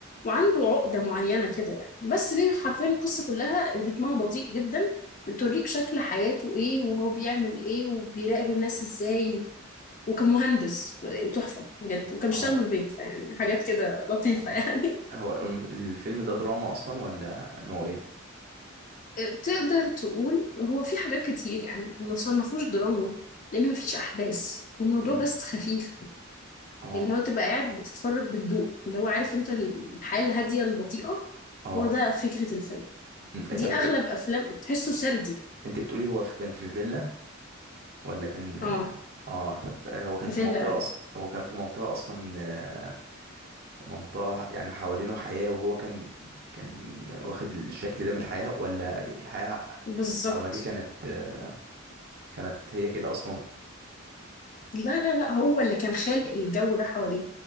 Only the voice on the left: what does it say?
وعنده عقدة معينة كده يعني بس هي حرفيا القصة كلها رتمها بطيء جدا بتوريك شكل حياته ايه وهو بيعمل ايه وبيراقب الناس ازاي و... وكمهندس تحفة بجد وكان بيشتغل
من البيت فيعني حاجات كده لطيفة
يعني
<laughs> تقدر تقول هو في حاجات كتير يعني ما صنفوش دراما لأن مفيش أحداث الموضوع
بس خفيف
اللي هو تبقى قاعد بتتفرج بهدوء اللي هو عارف انت الحياة الهادية البطيئة
هو ده فكرة الفيلم
دي
اغلب افلام تحسه سردي
اه
في
فيلا
ايوه
بالظبط
لا لا لا هو اللي كان خالق الجو ده حواليه